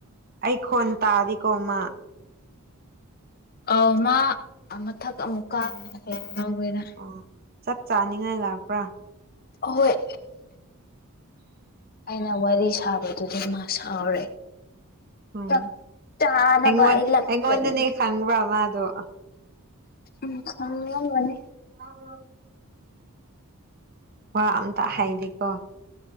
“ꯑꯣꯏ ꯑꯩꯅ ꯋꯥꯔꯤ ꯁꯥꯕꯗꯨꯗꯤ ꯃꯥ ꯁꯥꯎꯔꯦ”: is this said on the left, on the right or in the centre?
Left